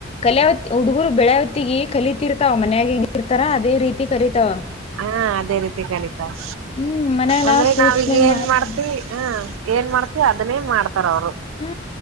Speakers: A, on the left; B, on the right.
A: ಕಲೆವತಿ ಹುಡುಗರು ಬೆಳೆ ಹೊತ್ತಿಗೆ ಕಲತಿರ್ತಾವ ಮನಯಾಗ ಇರ್ತಾರ ಅದೇ ರೀತಿ ಕಲಿತಾವ
B: ಹಾ ಅದೇ ರೀತಿ ಕಲಿತಾವ
A: ಹ್ಮ್ ಮನ್ಯಾಗ
B: ಅಂದ್ರೆ
A: ನಾವ್ ಸೂಕ್ಷ್ಮಗ್
B: ನಾವೀಗ ಏನ್
A: ಮಾತಾಡ
B: ಮಾಡ್ತಿವಿ ಹ ಏನ್ ಮಾಡ್ತಿವಿ ಅದನ್ನೇ ಮಾಡ್ತಾರ ಅವ್ರು
A: ಹಾ